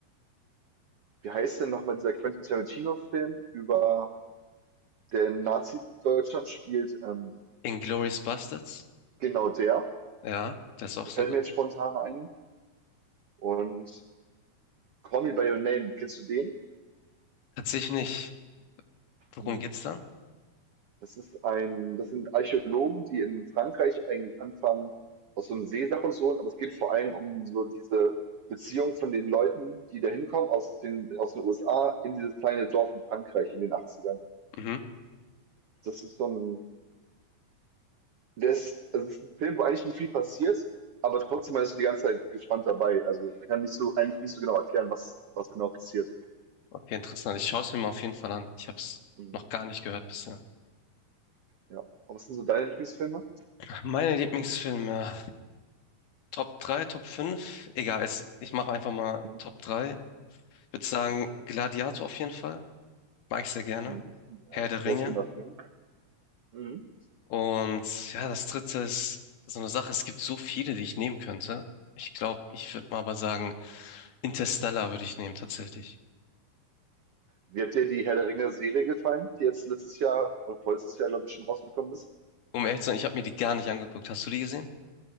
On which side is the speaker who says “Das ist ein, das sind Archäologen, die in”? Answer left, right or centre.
Right